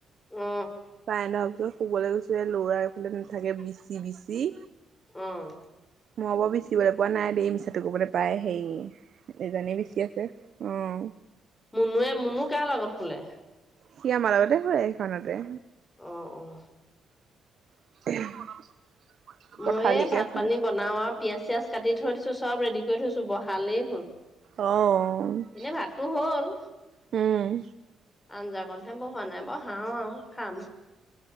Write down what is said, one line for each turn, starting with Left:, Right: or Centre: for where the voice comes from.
Left: অ
Right: কাৰেন্ট অহা পিছত শুবলে গৈছো এ ল'ৰা এফালে নেথাকে বিচি-বিচি
Left: অ'
Right: মই বা বিচিবলে পোৱা নাই দেই মিছাটো ক'ব নেপাই হেই এজনে বিচি আছে, অঁ।
Left: মুনুুৱে, মুনু কাৰ লগত শুলে?
Right: সি আমাৰ লগতে শুয়ে এইখনতে।
Left: অ অঁ।
Right: <unintelligible> পথালিকে
Left: মই এই ভাত-পানী
Right: শু
Left: বনাও আউ- পিয়াঁজ-চিয়াজ কাটি থৈ দিছো, চব ৰেডি কৰি থৈছো বহালেই হ'ল।
Right: অ্'।
Left: এনে ভাতটো হ'ল
Right: উম'।
Left: আঞ্জাকণহে বহোৱা নাই বাউ- হাও আৰু খাম।